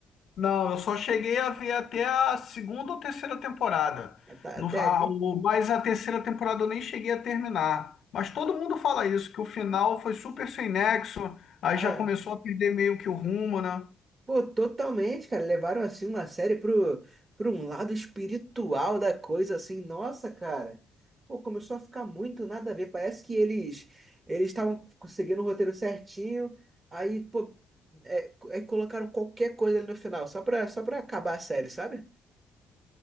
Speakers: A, on the left; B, on the right.
A: Não, eu só cheguei a ver até a segunda ou terceira temporada.
B: É, Tá-
A: No,
B: Até
A: a,
B: ali?
A: o, mas a terceira temporada eu nem cheguei a terminar. Mas todo mundo fala isso, que o final foi super sem nexo, aí
B: Ah,
A: já
B: é.
A: começou a perder meio que o rumo, né?
B: Pô, totalmente, cara. Levaram assim uma série pro, pro um lado espiritual da coisa, assim. Nossa, cara. Pô, começou a ficar muito nada a ver. Parece que eles eles estavam seguindo o roteiro certinho. Aí, pô, é, é, colocaram qualquer coisa ali no final, só pra, só pra acabar a série, sabe?